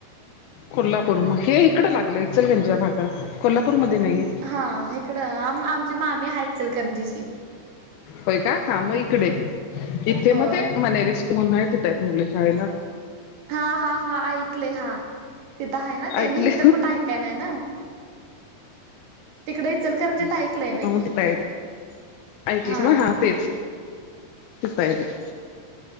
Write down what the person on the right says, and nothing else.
हा, इकडं आम आमची मामी आहेय इचलकरंजीची.
हो
हा-हा, हा ऐकले, हा तिथं आहे ना
ते? मी इथं कुठे ऐकाय नाही ना.
तिकडे इचलकरंजीत ऐकलं आहे मी
हां